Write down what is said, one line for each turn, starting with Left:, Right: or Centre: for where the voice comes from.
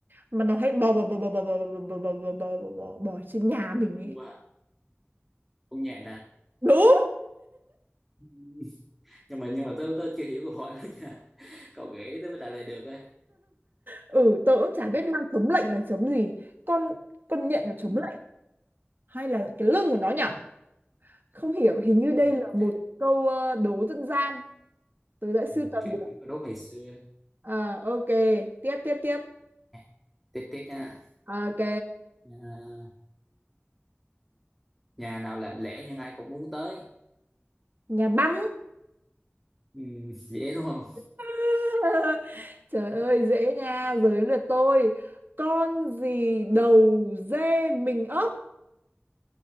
Right: mà nó hay bò bò bò bò bò bò bò bò bò bò bò bò bò bò trên nhà mình ấy
Centre: thua à. không nhẹ
Right: đúng
Centre: nè nhưng mà nhưng mà tôi tôi chưa hiểu câu hỏi lắm nha <laughs> cậu gửi tới bên Đại Lề được ấy
Right: ừ tớ cũng chả biết mang chống lạnh là chống gì con con nhện là chống
Centre: Ừ,
Right: lạnh hay là cái lưng của nó nhỉ không hiểu hình như đây
Centre: ừ,
Right: là một
Centre: chắc
Right: câu ờ, đố dân gian tớ đã sưu
Centre: ừ,
Right: tầm
Centre: kiểu
Right: được
Centre: kiểu cái đố ngày xưa
Right: Ờ, ok tiếp tiếp tiếp
Centre: Nè, tiếp tiếp nha
Right: ok
Centre: à, nhà nào lạnh lẽo nhưng ai cũng muốn tới
Right: nhà băng
Centre: ừ, <laughs> dễ đúng không
Right: <laughs> trời ơi dễ nha giới lượt tôi con gì đầu dê mình ấp